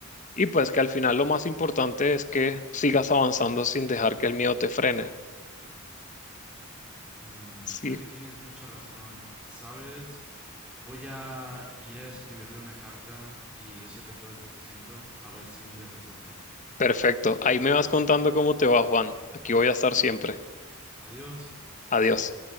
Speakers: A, on the left; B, in the centre.
A: y pues que al final lo más importante es que sigas avanzando sin dejar que el miedo te frene.
B: Mm,
A: Sí.
B: creo que tienes mucha razón. ¿Sabes? Voy a ir a escribirle una carta y decirle todo esto que siento, a ver si resulta.
A: Perfecto. Ahí me vas contando cómo te va, Juan. Aquí voy a estar siempre.
B: Adiós.
A: Adiós.